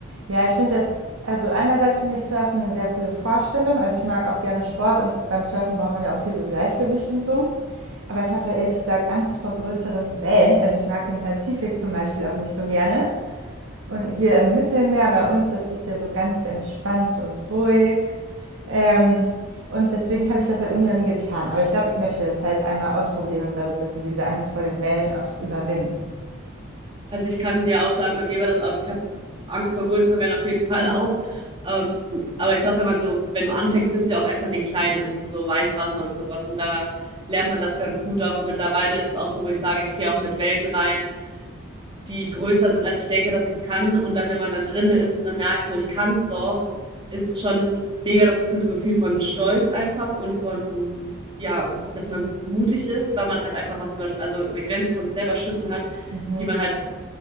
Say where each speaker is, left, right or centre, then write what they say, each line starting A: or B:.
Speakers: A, on the right (about 75°); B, on the right (about 25°).
A: Ja, ich finde das also einerseits finde ich Surfen eine sehr coole Vorstellung. Also, ich mag auch gerne Sport und beim Surfen braucht man ja auch viel so Gleichgewicht und so. Aber ich habe halt ehrlich gesagt Angst vor größeren Wellen. Also, ich mag den Pazifik zum Beispiel auch nicht so gerne. Und hier im Mittelmeer bei uns, das ist ja so ganz entspannt und ruhig. Ähm, und deswegen habe ich das halt irgendwie noch nie getan. Aber ich glaube, ich möchte das halt einmal ausprobieren und da so ein bisschen diese Angst vor den Wellen auch überwinden.
B: Also ich kann dir auch sagen, bei mir war das, also ich habe Angst vor größeren Wellen auf jeden Fall auch. Ähm, aber ich glaube, wenn man so, wenn du anfängst, bist du ja auch erst an den kleinen, so Weißwasser und sowas. Und da lernt man das ganz gut auch. Und mittlerweile ist auch so, wo ich sage, ich gehe auch mit Wellen rein, die größer sind, als ich denke, dass ich es kann. Und dann, wenn man dann drinne ist und dann merkt, so ich kann es doch, ist es schon mega das coole Gefühl von Stolz einfach und von, ja, dass man mutig ist, weil man halt einfach was über, also eine Grenze von sich selber schritten hat
A: Mhm.
B: die man halt